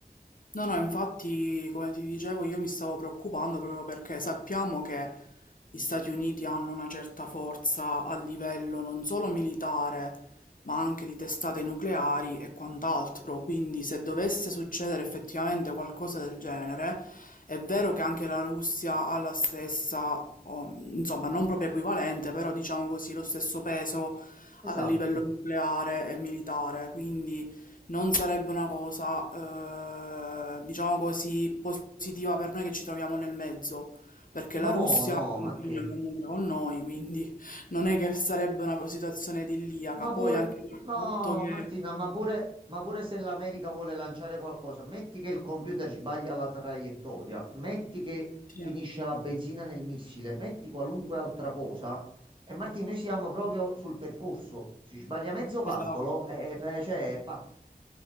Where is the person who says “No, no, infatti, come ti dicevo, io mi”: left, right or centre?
Left